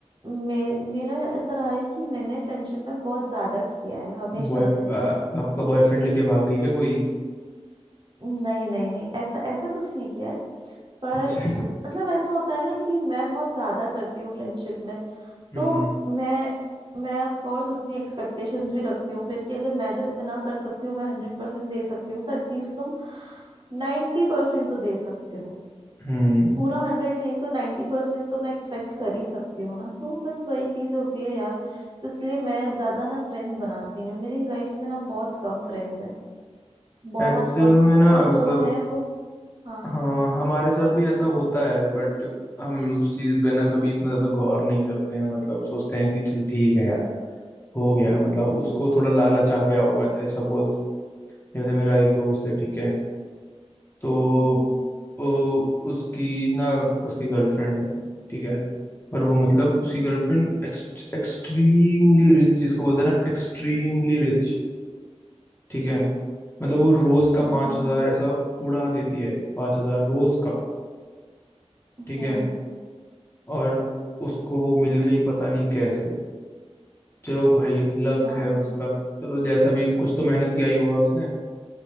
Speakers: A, on the right; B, on the left.
A: मे, मेरा ऐसा रहा है कि मैंने फ्रेंडशिप में बहुत ज्यादा किया है हमेशा
B: बॉय
A: से
B: आ, आपका बॉयफ्रेंड लेके भाग गई क्या कोई
A: नहीं नहीं नहीं ऐसा ऐसा कुछ नहीं किया है पर
B: अच्छा
A: मतलब ऐसा होता है ना कि मैं बहुत ज्यादा करती हूँ फ्रेंडशिप में
B: हम्म
A: तो मैं मैं ऑफ कोर्स उतनी एक्सपेक्टेशंस भी रखती हूँ फिर कि अगर मैं जब इतना कर सकती हूँ मैं हंड्रेड परसेंट दे सकती हूँ तो एटलीस्ट तुम नाइन्टी परसेंट तो दे सकते हो
B: हम्म
A: पूरा हंड्रेड नहीं तो नाइन्टी परसेंट तो मैं एक्सपेक्ट कर ही सकती हूँ ना तो बस वही चीजें होती है यार तो इसलिए मैं ज्यादा ना फ्रेंड्स बनाती नहीं हूँ मेरी लाइफ में ना बहुत कम फ्रेंड्स हैं बहुत
B: एक्चुअल
A: कम
B: में ना
A: और
B: मतलब
A: जो है वो हाँ
B: हाँ हमारे साथ भी ऐसा होता है बट हम उस चीज़ पे ना कभी इतना ज़्यादा गौर नहीं करते हैं मतलब सोचते हैं कि चल ठीक है यार हो गया मतलब
A: हम्म
B: उसको थोड़ा लालच आ गया होगा जैसे सपोज जैसे मेरा एक दोस्त है ठीक है तो
A: हम्म हम्म
B: वो उसकी ना उसकी गर्लफ्रेंड है ठीक है और वो मतलब उसकी गर्लफ्रेंड एक्सट्रीमली रिच जिसको बोलते हैं ना एक्सट्रीमली रिच ठीक है मतलब वो रोज का
A: हम्म
B: पांच
A: हम्म
B: हजार ऐसा उड़ा देती है पांच हजार रोज का
A: हम्म
B: ठीक है और उसको वो मिल गई पता नहीं कैसे चलो भाई लक
A: हाँ
B: है उसका चलो जैसा भी कुछ तो मेहनत किया ही होगा उसने